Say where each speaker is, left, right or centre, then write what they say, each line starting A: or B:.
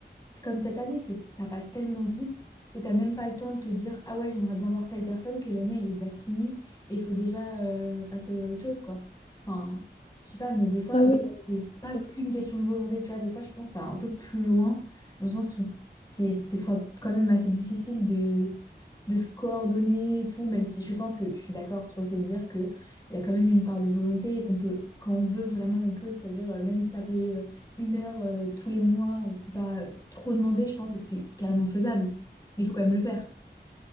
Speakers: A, on the left; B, on the left.
A: C'est comme cette année, c'est, ça passe tellement vite que t'as même pas le temps de te dire, ah ouais, j'aimerais bien voir telle personne, que l'année, elle est déjà finie et il faut déjà euh, passer à autre chose, quoi. Enfin, je sais pas, mais des fois,
B: Ah oui,
A: aussi,
B: bien
A: c'est pas
B: sûr.
A: qu'une question de volonté, tu vois. Des fois, je pense que ça va un peu plus loin, dans le sens où c'est des fois quand même assez difficile de, de se coordonner et tout, même si je pense que je suis d'accord sur le fait de dire que il y a quand même une part de volonté et qu'on peut, quand on veut vraiment, on peut, c'est-à-dire euh, même s'appeler. euh, une heure euh, tous les mois, euh, c'est pas euh, trop demandé, je pense, et que c'est carrément faisable. Mais il faut quand même le faire.